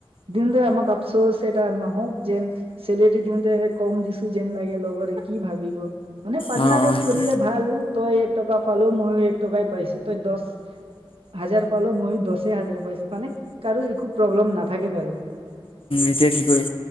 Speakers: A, on the right (about 80°); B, on the left (about 70°).
A: দিল দে, আমাক আপচোচ সেইটা নহওঁক যেন, চেলেৰী দিওঁতে কম দিছি যেন লাগে, লগৰি। কি ভাবিব? মানে, পাৰ্টনাৰত
B: অঁ অঁ
A: কৰিলে ভাল। তই এক টকা পালো, মইও এক টকাইয়ে পাইছোঁ। তই দচ- হাজাৰ পালো, মই দচ তে হাজিৰা পাইছোঁ, মানে কাৰো একো প্ৰব্লেম নাথাকে বাৰু।
B: এতিয়া কি কয়,